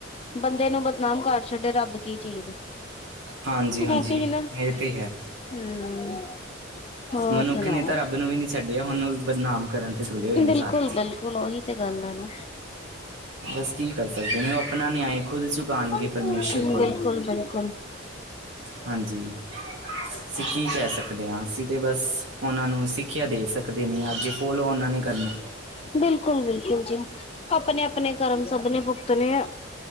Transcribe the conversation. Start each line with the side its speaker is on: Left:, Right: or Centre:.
Left: ਬੰਦੇ ਨੂੰ ਬਦਨਾਮ ਕਰ ਛੱਡੇ। ਰੱਬ ਕੀ ਚੀਜ਼ ਹੈ।
Right: ਹਾਂਜੀ ਹਾਂਜੀ
Left: ਰੋਟੀ ਸੀ ਨਾ
Right: ਇਹ ਤੇ ਹੈ
Left: ਹੂੰ। ਹੋਰ
Right: ਮਨੁੱਖ
Left: ਸੁਣਾਓ?
Right: ਨੇ ਤਾਂ ਰੱਬ ਨੂੰ ਵੀ ਨਹੀਂ ਛੱਡਿਆ ਹੁਣ ਉਹ ਬਦਨਾਮ ਕਰਨ ਤੇ ਤੁਲੇ ਹੋਏ ਨੇ
Left: ਬਿਲਕੁਲ-ਬਿਲਕੁਲ
Right: ਸਾਰੇ
Left: ਉਹੀ ਤੇ। ਗੱਲ ਹੈ ਨਾ।
Right: ਬਸ, ਕੀ ਕਰ ਸਕਦੇ ਆਪ। ਆਪਣਾ <unintelligible> ਨਿਆਂਏ ਖੁਦ ਚੁਕਾਉਣਗੇ
Left: ਬਿਲਕੁਲ
Right: ਪਰਮੇਸ਼ੁਰ ਕੋਲੋਂ।
Left: ਬਿਲਕੁਲ ਬਿਲਕੁਲ
Right: ਹਾਂਜੀ ਅਸੀਂ ਕੀ ਕਹਿ ਸਕਦੇ ਹਾਂ। ਤੇ ਬਸ ਉਹਨਾਂ ਨੂੰ ਸਿੱਖਿਆ ਦੇ ਸਕਦੇ ਨੇ ਅਗੇ ਫੋਲੋ ਉਹਨਾਂ ਨੇ ਕਰਨਾ।
Left: ਬਿਲਕੁਲ ਬਿਲਕੁਲ ਜੀ ਆਪਣੇ ਆਪਣੇ ਕਰਮ ਸਭ ਨੇ ਭੁਗਤਣੇ ਆ।